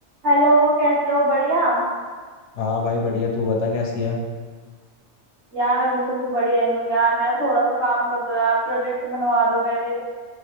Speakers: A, on the right; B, on the left.
A: Hello कैसे हो बढ़िया
B: हाँ भाई बढ़िया तू बता कैसी है
A: यार मैं बिल्कुल भी बढ़िया नहीं हूँ यार मेरा थोड़ा सा काम कर दो यार प्रोजेक्ट बनवा दो मेरे